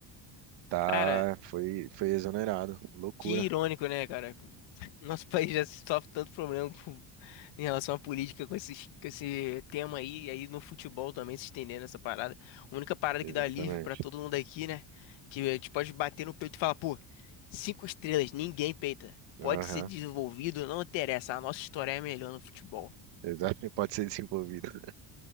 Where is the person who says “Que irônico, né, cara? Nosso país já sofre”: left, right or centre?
Left